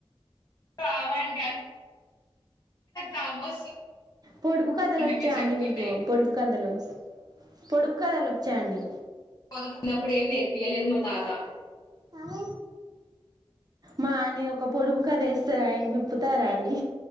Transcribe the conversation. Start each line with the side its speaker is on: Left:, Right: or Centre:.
Left: కామెంట్ నవ్వొస్తుందండి
Right: పొడుపు కథలు వచ్చా
Left: మీరు చెప్తుంటే.
Right: అండి మీకు పొడుపు కథలు. పొడుపు కథలు వచ్చా అండి
Left: పదుపుకున్నప్పుడు ఏం నేర్పియలేదు మా తాత
Right: కామె మా నేను ఒక పొడుపు కథ వేస్తా అ విప్పుతారా అండి